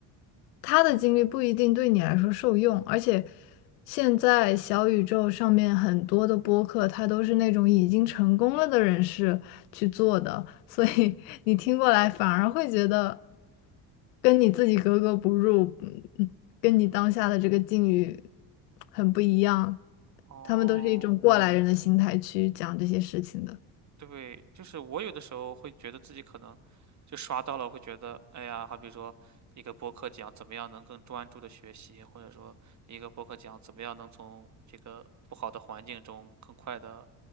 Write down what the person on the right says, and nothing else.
哦，
对，就是我有的时候会觉得自己可能就刷到了，会觉得哎呀，好比说一个播客讲怎么样能更专注的学习，或者说一个播客讲怎么样能从这个不好的环境中更快的，